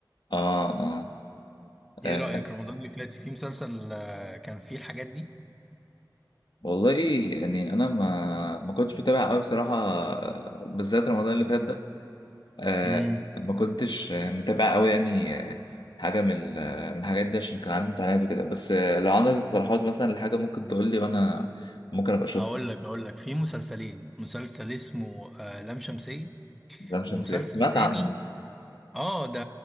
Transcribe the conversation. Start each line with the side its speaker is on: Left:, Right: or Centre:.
Left: اه اه
Centre: إيه
Left: آه،
Centre: رأيك رمضان اللي فات في مسلسل آه، كان فيه الحاجات دي
Left: والله يعني انا ما ما كنتش بتابع قوي بصراحه آه، بالذات رمضان اللي فات ده آه،
Centre: امم
Left: ما كنتش آه، متابع قوي يعني آه، حاجه من ال- آه، من الحاجات دي عشان كان عندي امتحانات وكده بس آه، لو عندك اقتراحات مثلا لحاجه ممكن تقول لي وانا ممكن ابقى اشوف
Centre: هقول لك هقول لك في مسلسلين مسلسل اسمه آه، لام شمسية
Left: لام شمسية
Centre: ومسلسل
Left: سمعت
Centre: تاني
Left: عنه
Centre: اه ده